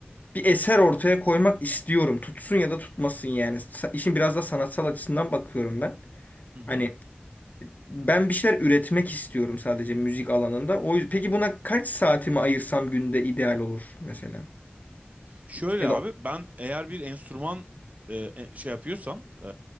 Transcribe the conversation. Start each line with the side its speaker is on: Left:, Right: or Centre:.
Left: bir eser ortaya koymak istiyorum. Tutsun ya da tutmasın yani. Sa- İşin biraz da sanatsal açısından bakıyorum ben.
Right: Hı hı.
Left: Hani ben bir şeyler üretmek istiyorum sadece müzik alanında. O yüzden, peki buna kaç saatimi ayırsam günde ideal olur mesela?
Right: Şöyle
Left: Ya
Right: abi
Left: da
Right: ben eğer bir enstrüman e, e, şey yapıyorsam, e,